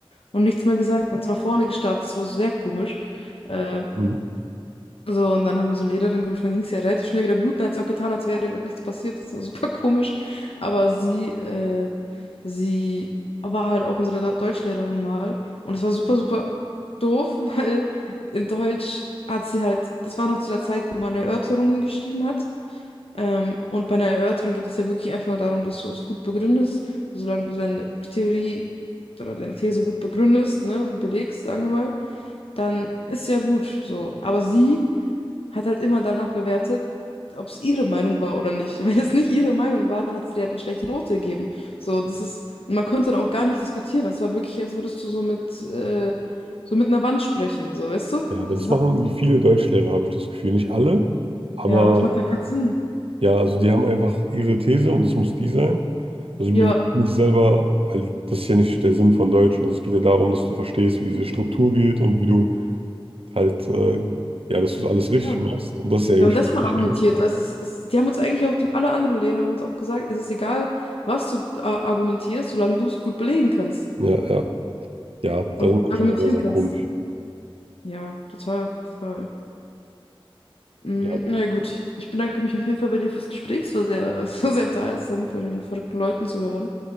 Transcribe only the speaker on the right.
Mhm.
Ja, aber
das
machen irgendwie viele Deutschlehrer, habe ich das Gefühl. Nicht alle, aber
ja, also die haben einfach ihre These und das muss die sein. Also die
bewerten nicht selber, weil das ist ja nicht der Sinn von Deutsch. Also es geht ja darum, dass du verstehst, wie diese Struktur geht und wie du halt, äh, ja, dass du das alles richtig
machst. Und das ist ja eigentlich
viel
wichtiger.
Ja, ja, ja,
da sind manche
Lehrer sehr
komisch.
Ja,